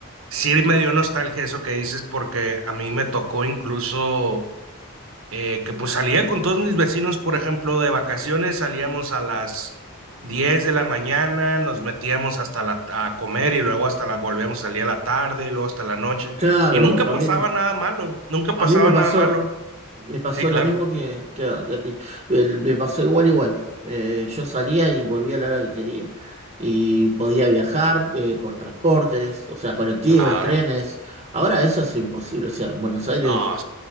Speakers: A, on the right; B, on the right.
A: sí me dio nostalgia eso que dices porque a mí me tocó incluso eh, que pues salía con todos mis vecinos, por ejemplo, de vacaciones, salíamos a las 10 de la mañana, nos metíamos hasta la, a comer y luego hasta la volvíamos a salir a la tarde y luego hasta la noche.
B: Claro,
A: Y nunca pasaba
B: a mí,
A: nada malo, nunca pasaba
B: A mí me pasó,
A: nada malo.
B: me pasó
A: Sí, claro.
B: lo mismo que, que a, que a ti. El- me pasó igual, igual. Eh, yo salía y volvía a la hora que quería. Y podía viajar eh, por transportes, o sea, colectivos,
A: Claro.
B: trenes. Ahora eso es imposible. O sea, en Buenos Aires,
A: No,